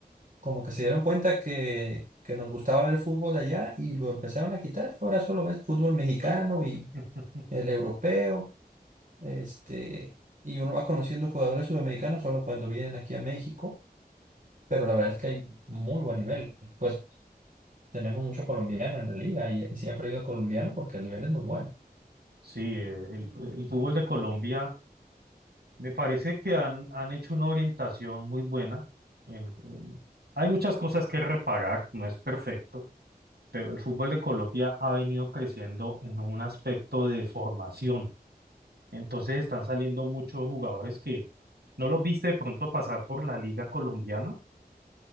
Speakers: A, on the right; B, on the right.
A: Como que se dieron cuenta que, que nos gustaba ver fútbol allá y lo empezaron a quitar y ahora solo ves fútbol mexicano y
B: <laughs>
A: el europeo, este, y uno va conociendo jugadores sudamericanos solo cuando vienen aquí a México, pero la verdad es que hay muy buen nivel. Pues tenemos muchos colombianos en la liga y, y siempre ha habido colombianos porque el nivel es muy bueno.
B: Sí, eh, el, el fútbol de Colombia me parece que han, han hecho una orientación muy buena. en- en- hay muchas cosas que reparar, no es perfecto, pero el fútbol de Colombia ha venido creciendo en un aspecto de formación. Entonces están saliendo muchos jugadores que no los viste de pronto pasar por la liga colombiana,